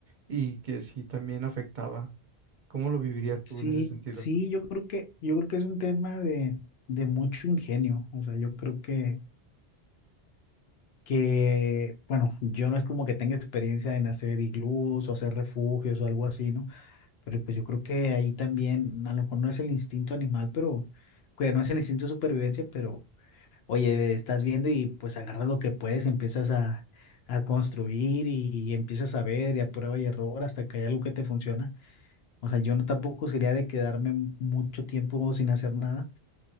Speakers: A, on the right; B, on the left.
A: y que sí también afectaba. ¿Cómo lo vivirías
B: Sí,
A: tú en ese sentido?
B: sí, yo creo que, yo creo que es un tema de, de mucho ingenio. O sea, yo creo que que, bueno, yo no es como que tenga experiencia en hacer iglús o hacer refugios o algo así, ¿no? Pero pues yo creo que ahí también, a lo mejor no es el instinto animal, pero, que no es el instinto de supervivencia, pero, oye, estás viendo y pues agarras lo que puedes, y empiezas a, a construir y, empiezas a ver y a prueba y error hasta que hay algo que te funciona. O sea, yo no tampoco sería de quedarme mu- mucho tiempo sin hacer nada.